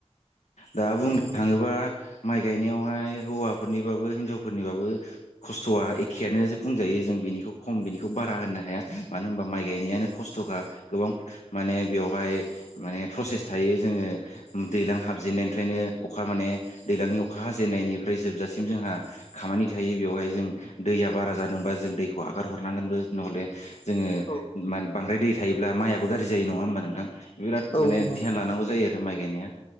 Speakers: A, on the left (about 80°); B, on the left (about 55°).
A: दा बुंनो
B: नंगौ
A: थाङोबा माइ गायनायावहाय हौवाफोरनिबाबो हिनजावफोरनिबाबो खस्थ'आ ए खेयानो जे बुंजायो जों बेनिखौ खम बेनिखौ बारा होनो हाया मानो होनबा माइ गायनायानो खस्थ'खा गोबां माने बेवहाय माने प्रसेस थायो जोङो दैलां हाबजेननायनिफ्रायनो अखा माने दैलांनि अखा हाजेननायनिफ्राय जोबजासिम जोंहा खामानि थायो बेवहाय जों दैया बारा जादोंबा जों दैखौ आगार हरनांगोनबो नहले जोङो
B: औ
A: मान बांद्राय दै थायोब्ला माइयाबो गाज्रि जायो नङा होमबा नोंथां बिराद
B: औ
A: माने
B: नंगौ
A: ध्यान लानांगौ जायो आरो दा माइ गायनाया